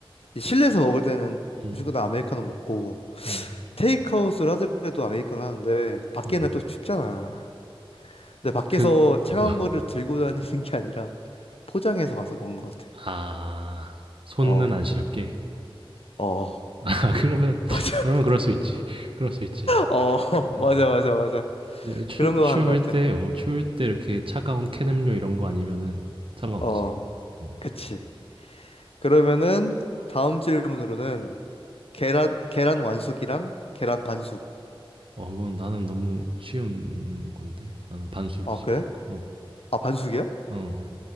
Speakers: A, on the left (about 80°); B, on the right (about 65°).
A: 이 실내에서 먹을 때는
B: 응.
A: 무조건 다 아메리카노 먹고,
B: 응.
A: 테이크아웃을 하더라도 아메리카노 하는데, 밖에는
B: 어.
A: 또 춥잖아. 근데 밖에서
B: 그
A: 차가운
B: 어.
A: 거를 들고 다니는 게 아니라, 포장해서 가서 먹는 것 같아.
B: 아. 손은
A: 어,
B: 안 시렵게.
A: 어,
B: <laughs> 아, 그러면 <laughs>
A: <laughs> 맞아.
B: 그러면 그럴 수 있지. <laughs> 그럴 수 있지.
A: 어, <laughs>
B: 어.
A: 맞아, 맞아, 맞아.
B: 예, 추,
A: 그런 거
B: 추울
A: 하는 것
B: 때,
A: 같아.
B: 어, 추울 때 이렇게 차가운 캔 음료 이런 거 아니면은 상관없지.
A: 어,
B: 응.
A: 그치. 그러면은 다음 질문으로는 계란 계란 완숙이랑 계란 반숙.
B: 어 이건 나는 너무 쉬운 건데. 나는 반숙이지
A: 아, 그래?
B: 무조건. 어.
A: 아, 반숙이야?
B: 어.